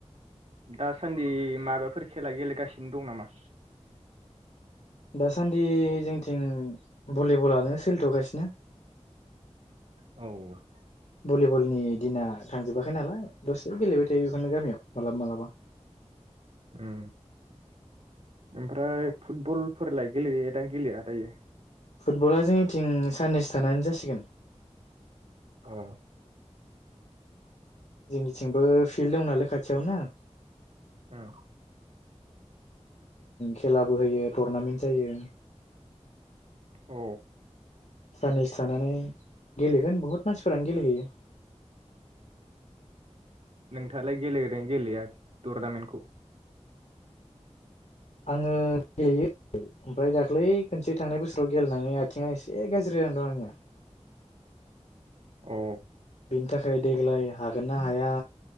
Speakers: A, on the right (about 65°); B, on the left (about 80°).
A: दासान्दि माबाफोर खेला गेलेगासिनो दं नामा
B: दासान्दि जोंथिं भलिबलानो सोलिथ'गासिनो
A: औ
B: भलिबलनि दिना थांजोबाखै नालाय दसे गेलेबाय थायो बेखौनो गामियाव मालाबा मालाबा
A: ओम ओमफ्राय फुटबलफोरलाय गेलेयोदां गेलेया दायो
B: फुटबला जोंनिथिं साननैसो थानानै जासिगोन
A: अ
B: जोंनिथिंबो फिल्ड दं नालाय खाथियावनो
A: होम
B: खेलाबो होयो टुरनामेन्ट जायो
A: औ
B: साननैसो थानानै गेलेगोन बहुत मानसिफोरानो गेलेहैयो
A: नोंथाङालाय गेलेदों गेलेया टुरनामेन्टखौ
B: आङो गेलेयो ओमफ्राय दाख्लै खनसे थांनाय बोसोराव गेलेनानै आथिंआ एसे गाज्रि जानानै दं आंनिया
A: अ
B: बिनि थाखाय देग्लाय हागोन ना हाया